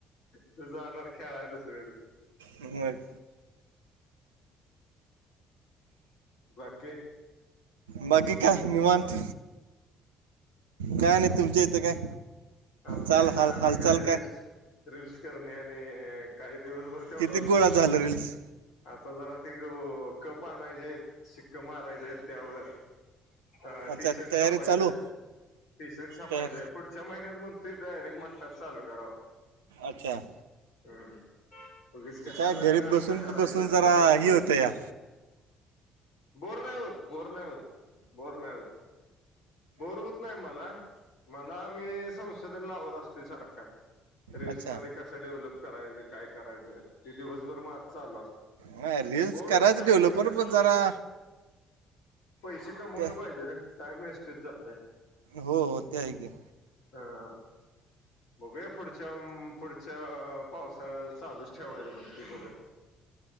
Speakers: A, on the left; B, on the right.
A: तु जाणार खेळाय दुसरीेडच.
B: मग.
A: बाकी
B: बाकी काय निवात. काय नाही तुमच्या इथं काय.
A: आमचा
B: चाल
A: इथं
B: हाल
A: आम्ही
B: हालचाल
A: काय रीलस रीलस करणे आणि काही दिवसभर तेवढा
B: किती
A: उदयोग.
B: गोळा झालं रील्स
A: आता जरा ते अ कप आणायचे आहेत शिक्क मारायचे आहेत त्यावर. अ
B: अच्छा
A: टी शर्ट
B: तयारी
A: छापायचं
B: चालू
A: आहेत टी शर्ट छापायचं
B: तयार
A: आहेत. पुढच्या महिन्यात म्हणतोय डायरेक्ट मठ्ठाच चालू करावा.
B: अच्छा.
A: हम्म उगूच कशाला
B: काय घरी
A: ते नास्ता
B: बसून
A: करायचा
B: बसून
A: आणि
B: जरा
A: परत
B: हे
A: सवय
B: होतं या
A: बोर नाही होत बोर नाही होत बोर नाही होत. बोर होत नाही मला मला मी संशोधन लावत असतोय सारखा. रीलल्समध्ये
B: अच्छा
A: कसं डेव्हलप करायचं काय करायचं ते दिवसभर माझ चालू असत.
B: नाही रील्स
A: बोर
B: करायचं
A: होत नाही
B: डेव्हलपर
A: पण कसं होतय
B: जरा
A: पैसे कमवलं
B: त्या
A: पाहिजे रे. टाइम वेस्टेज जातोय.
B: हो हो ते आहे क
A: हा. बघूया पुढच्या पुढच्या पावसाळ्याला चालू ठेवायच म्हणतोया बघया. <inaudible>